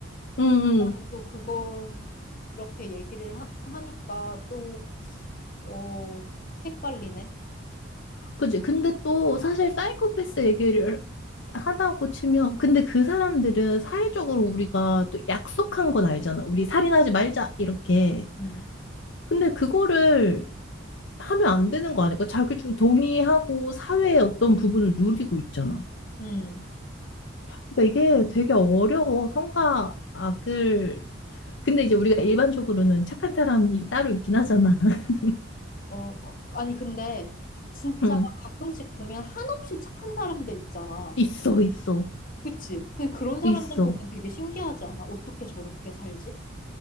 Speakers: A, on the left (about 65°); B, on the left (about 45°).
A: 응,
B: 장작은
A: 응.
B: 또 그거 이렇게 얘기를 하, 하니까 또 어, 헷갈리네.
A: 그지. 근데 또 사실 사이코패스 얘기를 하다고 치면, 근데 그 사람들은 사회적으로 우리가 또 약속한 건 알잖아. 우리 살인하지 말자, 이렇게.
B: 음,
A: 근데 그거를 하면 안 되는 거 아닐까? 자기도 동의하고 사회의 어떤 부분을 누리고 있잖아.
B: 음.
A: 그러니까 이게 되게 어려워. 선과 악을. 근데 이제 우리가 일반적으로는 착한 사람이 따로 있긴 하잖아. <laughs>
B: 어, 어, 아니 근데 진짜
A: 응.
B: 가끔씩 보면 한없이 착한 사람들 있잖아.
A: 있어, 있어,
B: 그치? 근데 그런 사람들
A: 있어.
B: 보면 되게 신기하지 않아? 어떻게 저렇게 살지?